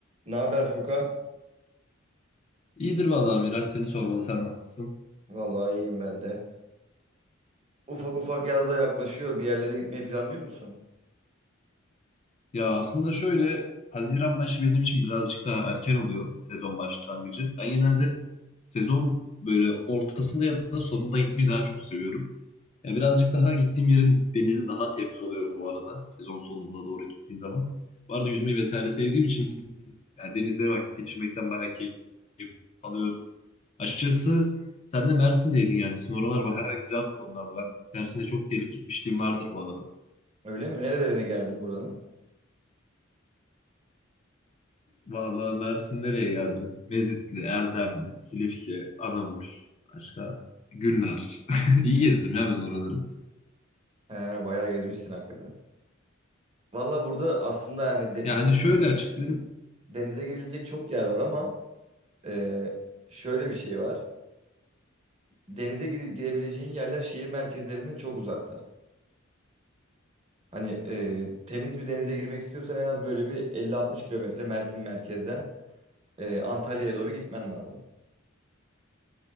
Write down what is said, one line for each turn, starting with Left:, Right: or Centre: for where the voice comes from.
Right: Ne haber Furkan?
Left: İyidir vallahi Miraç seni sormalı sen nasılsın?
Right: Vallahi iyiyim ben de. Ufak ufak yaz da yaklaşıyor. Bir yerlere gitmeyi planlıyor musun?
Left: Ya aslında şöyle Haziran başı benim için birazcık daha erken oluyor sezon başlangıcı. Ben genelde sezon böyle ortasında ya da sonunda gitmeyi daha çok seviyorum. Ya birazcık daha gittiğim yerin denizi daha temiz oluyor bu arada sezon sonuna doğru gittiğim zaman. Bu arada yüzmeyi vesaire sevdiğim için yani denizde vakit geçirmekten bayağı keyif alıyorum. Açıkçası sen de Mersin'deydin yani sizin oralar bayağı güzel bu konularda. Ben Mersin'e çok gelip gitmişliğim vardır bu arada.
Right: Öyle mi? Nerelerine geldin buranın?
Left: Vallahi Mersin nereye geldim? Mezitli, Erdemli, Silifke, Anamur, başka Gülnar. <laughs> İyi gezdim ya ben oraları.
Right: He, bayağı gezmişsin hakikaten. Vallahi burada aslında yani de-
Left: Yani
Right: de-
Left: şöyle açıklayayım.
Right: denize girilecek çok yer var ama e, şöyle bir şey var. Denize gir- girebileceğin yerler şehir merkezlerinden çok uzakta. Hani e, temiz bir denize girmek istiyorsan en az böyle bir 50-60 kilometre Mersin merkezden e, Antalya'ya doğru gitmen lazım.